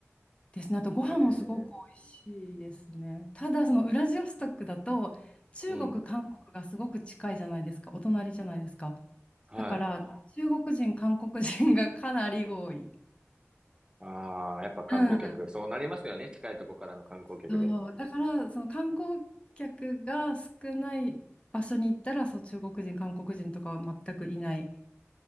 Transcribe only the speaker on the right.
へえ。
うん。
はい。
ああ、やっぱ観光客、
そうなりますよね。近いとこからの観光客で。